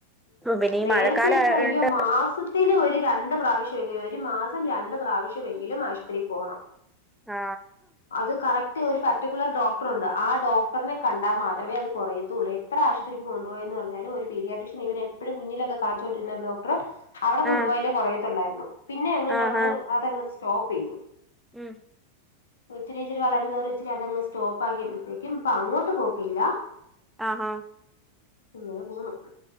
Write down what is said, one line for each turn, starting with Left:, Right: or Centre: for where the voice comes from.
Centre: പിന്നെ ഈ
Left: നേരത്തൊക്കെ
Centre: മഴക്കാലം ആയോണ്ട്
Left: അയ്യോ മാസ- ത്തില് ഒരു രണ്ട് പ്രാവശ്യെങ്കിലും ഒരു മാസം രണ്ട് പ്രാവശ്യമെങ്കിലും ആശുപത്രി പോണം
Centre: ആ
Left: അത് കറക്റ്റ് ഒരു പ- പർട്ടിക്കുലർ ഡോക്റൊണ്ട് ആ ഡോക്ടറിനെ കണ്ടാ മാത്രമേ അത് കൊറയത്തുള്ളൂ എത്ര ആശുപത്രിക്ക് കൊണ്ടുപോയെന്ന് പറഞ്ഞാലും ഒരു- പീടിയാട്രീഷ്യൻ ഇവര് എപ്പഴും കുഞ്ഞിലൊക്കെ കാണിച്ചുകൊണ്ടിരുന്ന ഒരു ഡോക്ടറ് അവടെ കൊണ്ടുപോയാലെ
Centre: ആ
Left: കൊറയത്തുള്ളായിരുന്നു പിന്നെ അങ്ങ്
Centre: ആ
Left: ഞങ്ങള്
Centre: ആ
Left: അതങ്ങ് സ്റ്റോപ്പ്‌ ചെയ്തു
Centre: ഉം
Left: ഇച്ചിരി ഇച്ചിരി വളരും തോറും ഇച്ചരി അതങ്ങ് സ്റ്റോപ്പ് ആക്കിയപ്പഴത്തേക്കും പ്പ അങ്ങോട്ട് പോക്കില്ല
Centre: ആഹ
Left: ഇങ്ങനെ പോവുന്നു.